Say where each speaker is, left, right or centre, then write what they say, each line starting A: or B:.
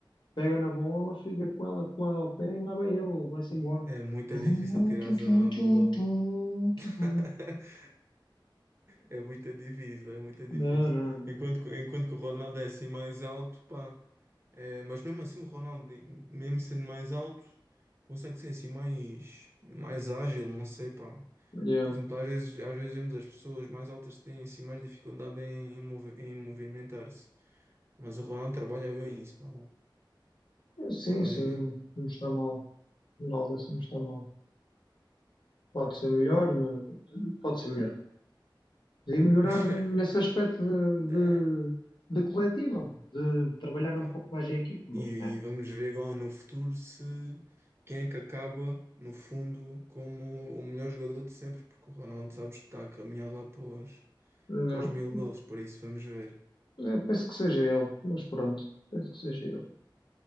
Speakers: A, on the left; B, on the right.
A: pega na bola, fica com ela com lá ao pé e lá vai ele, vai-se embora.
B: é muito
A: Tu,
B: difícil tirar
A: tu,
B: a
A: tu, tu,
B: bola. ao-
A: tu,
B: <laughs>
A: tu, tu.
B: É muito difícil, é muito difícil.
A: Não, não.
B: Enquanto, que- enquanto que o Ronaldo é assim mais alto, pá. É, mas mesmo assim o Ronaldo, mesmo sendo mais alto, consegue ser assim mais, mais ágil, não sei, pá.
A: Yeah.
B: Por exemplo, às vezes, às vezes vemos as pessoas mais altas que têm assim mais dificuldade em, em, movi- em movimentar-se. Mas o Ronaldo trabalha bem isso, pá.
A: Sim,
B: Trabalha
A: sim,
B: bem.
A: não está mal. Ronaldo assim não está mal. Pode ser melhor, mas pode ser melhor. Podia melhorar
B: <laughs>
A: nesse aspecto de,
B: Dá-
A: de, de coletivo, de trabalhar
B: pá.
A: um pouco mais em equipa, mas
B: E,
A: é,
B: e vamos ver agora no futuro se quem é que acaba, no fundo, como o melhor jogador de sempre, porque o Ronaldo sabes que está a caminhar lá para os,
A: não.
B: para os mil gols, por isso vamos ver.
A: É, penso que seja ele, mas pronto, penso que seja ele.